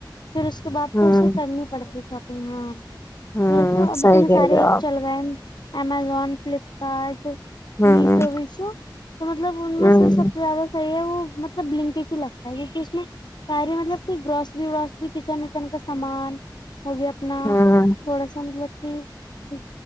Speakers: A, on the left; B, on the left.
A: پھر اس کے بعد
B: ہوں
A: تو اسے کرنی پڑتی ہے سب ہاں
B: ہوں
A: یہی تو اب
B: صحیح
A: اتنے
B: کہہ
A: سارے
B: رہے
A: ایپ
B: ہو آپ
A: چل گئے امزون فلپکارڈ
B: ہوں
A: میسو وشو تو مطلب ان میں
B: ہوں
A: سے سب سے زیادہ صحی ہے مطلب لنکج ہی لگتا ہے کیک کہ اس میں سارے مطلب کہ گروسری وراسری کچن وچن کا سامان وہ بھی اپنا
B: ہوں
A: تھوڑا سا مطلب ہٹ ہٹ <unintelligible>